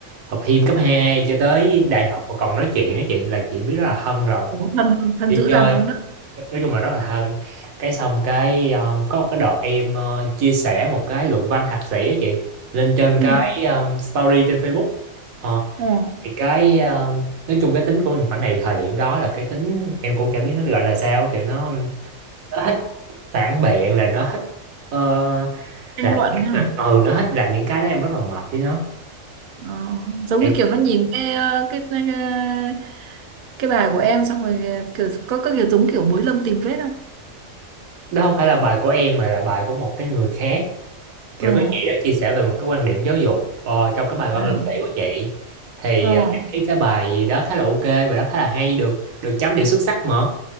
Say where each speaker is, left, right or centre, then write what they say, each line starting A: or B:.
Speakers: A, on the right (about 85°); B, on the right (about 65°).
A: học thêm cấp 2 cho tới đại học mà còn nói chuyện á chị là chị biết rất là thân rồi
B: ủa, thân, thân
A: đi
B: dữ
A: chơi
B: dằn luôn á.
A: nói chung là rất là thân cái xong cái um, có một cái đợt em ờ, chia sẻ một cái luận văn thạc sĩ á chị lên trên
B: Ừ,
A: cái um, story trên Facebook Ờ,
B: ồ,
A: thì cái um, nói chung cái tính con nhỏ này thời điểm đó là cái tính em cũng chả biết nó gọi là sao kiểu nó nó thích phản biện là nó thích ờ, làm
B: tranh luận
A: những cái
B: hả?
A: mà- ừ nó thích làm những cái đó em rất là mệt với nó
B: Ờ, giống
A: thì
B: như kiểu nó nhìn cái, ờ, cái cái cái cái bài của em xong rồi ờ, kiểu có có kiểu giống kiểu bới lông tìm vết không?
A: đó không phải là bài của em mà là bài của một cái người khác kiểu
B: Ồ,
A: cái chị đã chia sẻ về một cái quan điểm giáo dục ờ, trong cái bài văn
B: ừ,
A: lực sĩ của chị thì
B: ồ,
A: ờ, em thấy cái bài đó khá là ok bài đó khá là hay được được chấm điểm xuất sắc mà